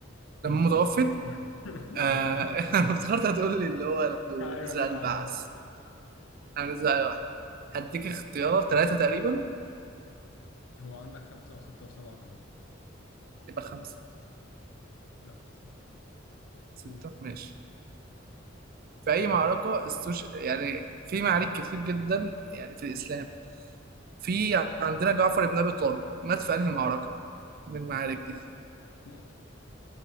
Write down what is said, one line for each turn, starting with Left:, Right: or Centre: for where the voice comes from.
Left: أمه
Right: لما
Left: توفت
Right: متوفت
Left: <laughs>
Right: آه <laughs> أنا افتكرت هتقول لي اللي هو
Left: أيوة
Right: نزل
Left: نزل
Right: على البعث
Left: على الوحي
Right: أنا نزل على واحد هديك اختيار ثلاثة تقريبا
Left: هو عندك خمسة وستة وسبعة وثمانية
Right: يبقى خمسة
Left: لا ستة
Right: ستة
Left: قول
Right: ماشي في أي
Left: مم.
Right: معركة استوش يعني في معارك كتير جدا يعني في الإسلام في عندنا جعفر بن أبي طالب مات في أنهي معركة من المعارك دي
Left: نقطة